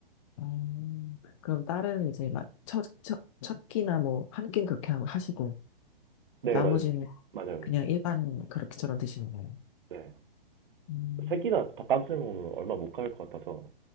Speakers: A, on the left; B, on the right.
A: 음, 그럼 딸은 이제 막 첫, 첫, 첫 끼나 뭐 한 끼는 그렇게 하- 하시고
B: 네,
A: 나머지는
B: 맞아요. 맞아요. 맞아요.
A: 그냥 일반 그렇게처럼 드시는 거예요.
B: 네.
A: 음,
B: 새끼나 닭가슴살 먹으면 얼마 못 갈 것 같아서